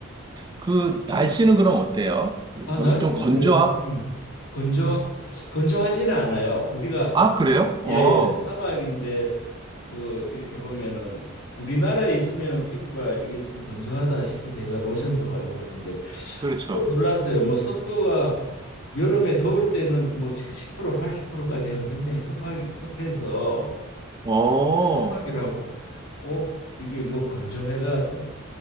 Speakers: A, on the right; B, on the left.
A: 그, 날씨는 그럼 어때요? 그,
B: 아,
A: 거좀
B: 그래서 날씨는
A: 건조하,
B: 예, 좀 건조 건조하지는 않아요. 우리가
A: 아, 그래요? 어,
B: 예예 사막인데 그 이렇게 보면은 우리나라에 있으면은 피부가 이게 좀 건조하다 싶기도 해가 로션도 바르고 하는데
A: 그렇죠.
B: 또 놀랐어요. 뭐 습도가 여름에 더울 때는 뭐 70% 80%까지 해가 굉장히 습하 습해서
A: 어,
B: 사막이라고 꼭 이게 뭐 건조해가 습